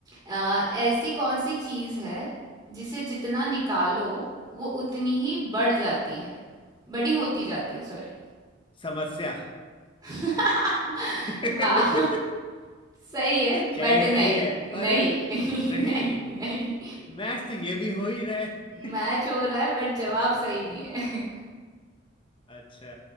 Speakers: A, on the right (about 20°); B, on the left (about 25°).
A: अ, ऐसी कौन सी चीज है जिसे जितना निकालो वो उतनी ही बढ़ जाती है बड़ी होती जाती है सॉरी
B: समस्या
A: <laughs>
B: <laughs>
A: वाह सही है
B: क्या
A: बट
B: ये
A: नहीं
B: सही है अरे
A: नहीं
B: नहीं
A: <laughs> नहीं नहीं
B: मैच तो ये भी हो ही रहा है <laughs>
A: मैच हो रहा है बट जवाब
B: अच्छा
A: सही नहीं है
B: अच्छा